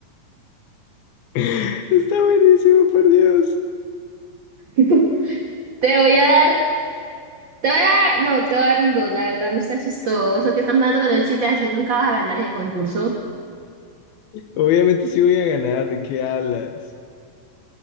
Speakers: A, on the left (about 85°); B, on the right (about 40°).
A: <laughs> Está buenísimo, por Dios.
B: <laughs> te voy a dar, te voy a dar, no, te voy a dar un dos. La verdad no está chistoso que están jugando con los chistes así, nunca vas a ganar ese concurso.
A: Obviamente sí voy a ganar. ¿De qué hablas?